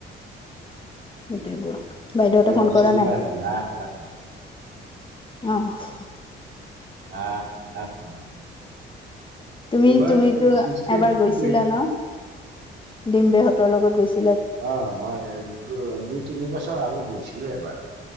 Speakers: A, on the left (about 25°); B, on the right (about 60°).
A: গোটেইবোৰ। বাইদেউহতে
B: অম্বুবাচী
A: ফোন কৰা
B: কিবা
A: নাই?
B: লাখ লাখ
A: অহ <unintelligible>
B: লাখ লাখ মানুহ
A: তুমি
B: এইবাৰ
A: তুমিতো
B: চিষ্টেমটো
A: এবাৰ গৈছিলা
B: বেলেগ।
A: ন ডিম্বেহত বেলেগত গৈছে।
B: অ, মই দু দুই তিনি বছৰ আগত গৈছিলো এবাৰ।